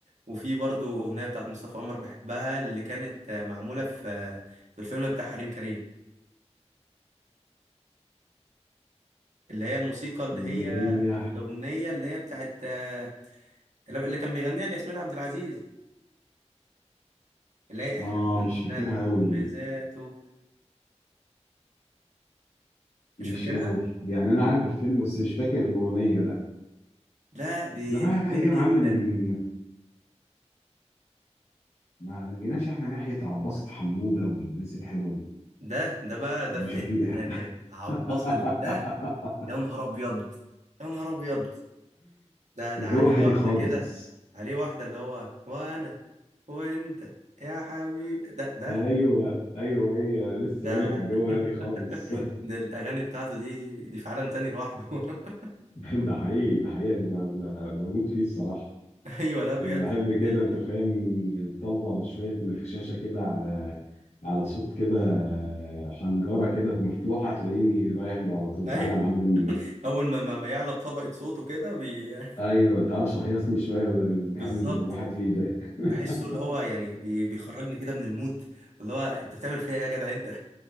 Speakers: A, on the right; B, on the left.
A: وفي برضه اغنيه بتاعت مصطفى قمر بحبها اللي كانت آه، معموله في آه، في الفيلم بتاع حريم كريم اللي هي الموسيقى اللي
B: اللي
A: هي
B: هي
A: الاغنيه اللي هي بتاعت آه، اللي كان بيغنيها لياسمين عبد العزيز اللي هي احنا
B: اه
A: كنا
B: مش فاكرها
A: الحب
B: قوي
A: ذاته مش
B: مش
A: فاكرها
B: قوي يعني انا عارف الفيلم بس مش فاكر الاغنيه لا
A: لا دي
B: انا بقى
A: دي جميله
B: ايه يا
A: جدا
B: معلم ما ما جيناش احنا ناحيه عباسة حموده والناس الحلوه دي
A: ده ده بقى ده
B: وشفيقه
A: في حتة تانية عباسة
B: <laughs>
A: ده يا نهار أبيض يا نهار أبيض ده ده
B: الجو
A: عليه
B: هادي
A: واحدة
B: خالص
A: كده عليه واحدة اللي هو وأنا وأنت يا حبيبي ده ده
B: ايوه
A: ده
B: ايوه هي لسه
A: ده,
B: بقول لك الجو
A: <laughs>
B: هادي خالص <laughs>
A: ده الأغاني بتاعته دي دي في عالم تاني لوحده <laughs>
B: <laughs> ده حقيقي ده حقيقي انا ب- ب- بموت فيه الصراحه
A: أيوه لا بجد
B: انا بحب
A: بجد
B: كده
A: ال...
B: انت فاهم طالبه شويه مخششه كده على على صوت كده حنجره كده مفتوحه تلاقيني رايح له
A: <laughs>
B: على طول
A: أيوه
B: تعالى يا معلم
A: أول ما ما ما يعلى بطبقة صوته كده بي...
B: ايوه تعالى شهيصني شويه بدل
A: <laughs>
B: الهم
A: بالظبط
B: اللي الواحد فيه ده <laughs>
A: بحسه اللي هو يعني بي... بيخرجني كده من المود اللي هو أنت بتعمل فيها إيه يا جدع أنت